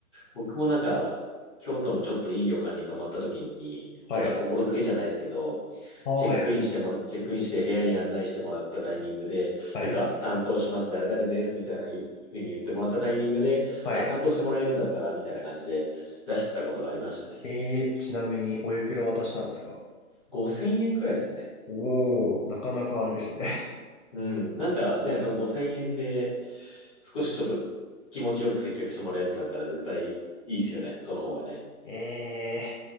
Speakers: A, on the left (about 20°); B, on the left (about 55°).
A: 僕もなんか、京都のちょっといい旅館に泊まった時に、
B: はい。
A: なんか心づけじゃないですけど、
B: あ、
A: チェックインしてもら、
B: はい。
A: チェックインして部屋に案内してもらったタイミングで、
B: はい。
A: なんか担当します、誰々ですみたいない風に言ってもらったタイミングで、
B: はい。
A: あ、担当してもらえるんだったらみたいな感じで出してたことがありましたね。
B: えー、ちなみにおいくら渡したんですか
A: 5000円くらいですね。
B: おー、なかなかあれですね。
A: うん。うん。なんかね、その5000円で少しちょっと気持ちよく接客してもらえるんだったら絶対いいですよね。その方がね。
B: <laughs> え